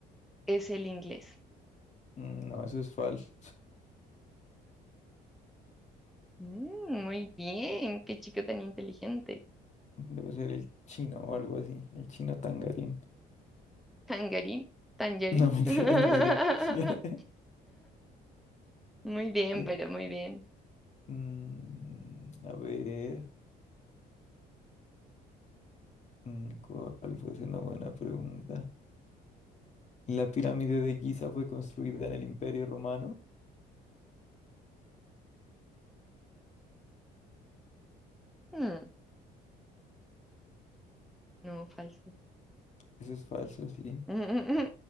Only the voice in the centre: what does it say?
es el inglés.
Mm, muy bien, qué chico tan inteligente.
Tangarín, tangerín.
<laughs>
Muy bien,
pero muy bien.
Mm, no, falso.
<laughs>